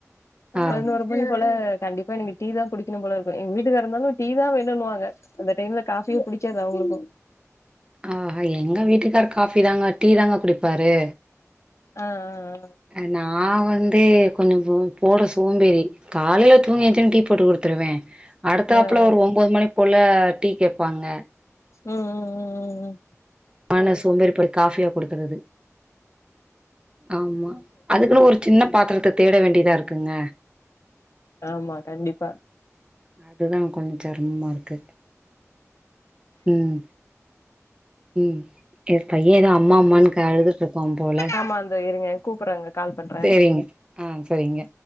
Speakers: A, on the right; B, on the left.
A: ஆ
B: பதினோரு மணிக் போல கண்டிப்பா எனக்கு டீ தான் குடிக்கணும் போல இருக்கும் எங்க வீட்டுக்காரர் இருந்தாலும் டீ தான் வேணும்னுவாங்க அந்த டைம்ல காஃபியும் புடிக்காது அவங்களுக்கும்
A: அ ஹ எங்க வீட்டுக்காரரு காஃபி தாங்க டீ தாங்க குடிப்பாரு
B: அஹ் அஹ் அ
A: அ நான் வந்து கொஞ்சொம் போ போட சோம்பேறி காலையில தூங்கி ஏந்ரிச்சோன்னே டீ போட்டு குடுத்துருவேன் அடுத்தாப்புல
B: ஆ ஆ
A: ஒரு ஒம்போது மணி போல டீ கேப்பாங்க
B: உஹம் உம் உம் உம் உ
A: ஆனா சோம்பேறி படு காஃபியா குடுக்குறது ஆமா அதுக்குன்னு ஒரு சின்ன பாத்திரத்தத் தேட வேண்டியதா இருக்குங்க
B: ஆமா கண்டிப்பா
A: அதுதான் கொஞ்சம் செரமமா இருக்கு உம் உம் எம் பையன் ஏதோ அம்மா அம்மான்னு கா அழுதுட்டு இருக்காம் போல
B: ஆமா அந்த இருங்க கூப்புறாங்க கால் பண்றாங்க
A: சேரிங்க ஆஹ் சரிங்க